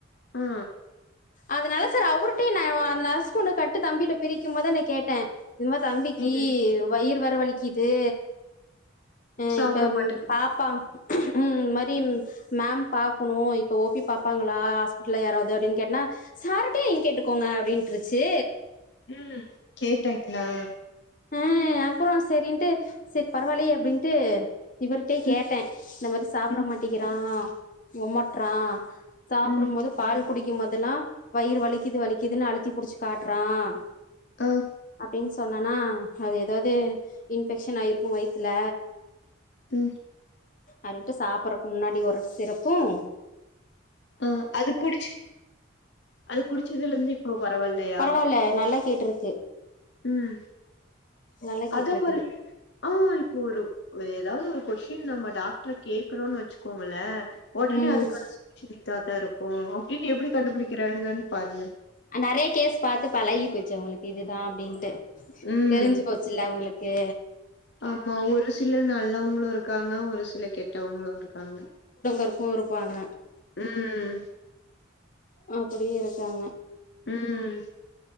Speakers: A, on the left; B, on the left.
A: ஆ
B: அதனால சர் அவுர்ட்டயும் நா அந்த நர்ஸு ஒன்னு கட்டு தம்பிட்ட பிரிக்கும் போதே நான் கேட்டேன் இதுமா தம்பிக்கு
A: ம்
B: வயிர் வேர வலிக்குது அ
A: சாப்ட
B: இப்ப
A: மாட்டேங்குது
B: பாப்பா ம் இந்த மாரி மேம் பாக்ணும் இப்ப ஓ பி பாப்பாங்ளா ஹாஸ்பிடல்ல யாராவது அப்டின்னு கேட்டன்னா சார்ட்டேயே நீங்க கேட்டுக்கோங்க அப்டின்ட்டுருச்சு
A: ம் கேட்டங்களா
B: ஆ அப்றோ சரின்ட்டு சரி பரவாலியே அப்டின்ட்டு இவர்ட்டேயே
A: ம்
B: கேட்டே இந்த மாரி சாப்ட
A: ம்
B: மாட்டேகிறான் ஒமட்றான் சாப்டும்
A: ம்
B: போது பால் குடிக்கும் போதெல்லா வயிறு வலிக்து வலிக்துன்னு அழுத்தி புடிச்சு காட்றான்
A: அ
B: அப்டின் சொன்னேன்னா அது எதாது இன்ஃபெக்ஷன் ஆய்ருக்கும் வயித்ல
A: ம்
B: அன்ட்டு சாப்றக்கு முன்னாடி ஒரு சிரப்பும்
A: ஆ அது குடிச் அது குடிச்சதுலருந்து இப் இப்போ பரவால்லையா
B: பரவால்ல நல்லா கேட்டிருக்கு
A: ம்
B: நல்லா கேட்டிருக்குது
A: அதோ பாரு ஆ இப்போ ஒரு ஏதாவது ஒரு கொஷின் நம்ம டாக்டர கேக்றோன் வச்சுக்கோங்கள ஒடனே
B: ம்
A: அதுக்கான சொல்யூஷ இதா தான் இருக்கு அப்டின் எப்டி கண்டுபிடிக்றாங்கன் பாருங்க
B: அ நறைய கேஸ் பாத்து பழகி போய்ச்சு அவங்களுக்கு இதுதா அப்டின்ட்டு
A: ம்
B: தெரிஞ்சு போச்சில உங்ளுக்கு
A: ஆமா ஒரு சிலர் நல்லவங்களு இருக்காங்க ஒரு சில கெட்டவங்களு இருக்காங்க
B: ருக்கு இருப்பாங்க
A: ம்ம்
B: அப்டியே இருக்காங்க
A: ம்